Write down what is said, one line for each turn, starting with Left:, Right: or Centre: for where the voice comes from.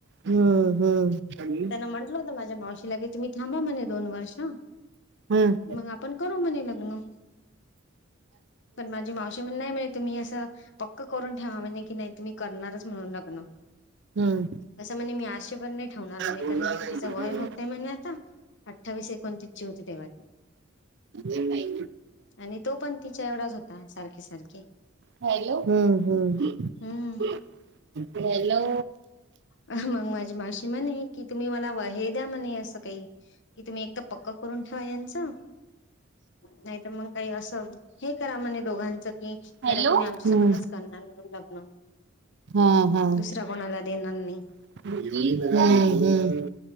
Right: हम्म हम्म
Left: तर त्यांना म्हण टलं होतं माझ मावशीला की तुम्हीथांबा म्हणे दोन वर्ष
Right: हम्म हम्म
Left: मग आपण करू म्हणे लग्न पण माझी मावशी म्हण नाही मिळते तुम्ही असं पक्क करून ठेवा म्हणजे की नाही तुम्ही करणारच म्हणून लग्न
Right: हम्म
Left: असं म्हणे मी आशेभर नाही ठेवणार म्हणे
Right: बोलणार
Left: कारण
Right: नाही
Left: की तिचा वय होतय म्हणे आता अठ्ठावीस एकोणतीसची होते तेव्हा ती
Right: नाही
Left: आणि तो पण तिच्या एवढाच होता सारखे सारखे
Right: हॅलो हं हं
Left: हम्म
Right: हॅलो
Left: अ मग माझी मावशी म्हणे की तुम्ही मला वहे द्या म्हणे असं काही की तुम्ही एकदा पक्क करून ठेवा यांचं... नाही त मग काही असं हे करा म्हणे दोघांचं की...
Right: हॅलो
Left: कड तूम्ही
Right: हम्म
Left: आमच्या सोबतच करणार म्हणून लग्न
Right: हा हा
Left: दुसऱ्या कोणाला देणार नाही.
Right: हम्म हम्म.